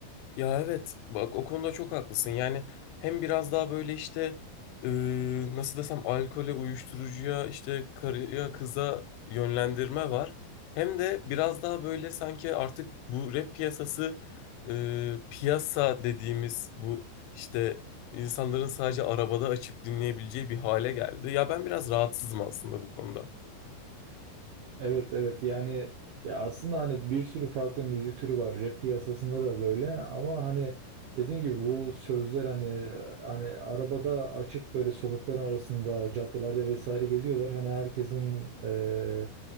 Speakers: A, on the left; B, on the right.
A: Ya evet bak o konuda çok haklısın. Yani hem biraz daha böyle işte e, nasıl desem alkole, uyuşturucuya, işte karıya, kıza yönlendirme var. Hem de biraz daha böyle sanki artık bu rap piyasası e, piyasa dediğimiz bu işte insanların sadece arabada açıp dinleyebileceği bir hale geldi. Ya ben biraz rahatsızım aslında bu konuda.
B: Evet evet yani ya aslında hani bir sürü farklı müzik türü var rap piyasasında da böyle ama hani dediğim gibi bu sözler hani hani arabada açıp böyle sokakların arasında caddelerde vesaire geziyorlar hani herkesin eee,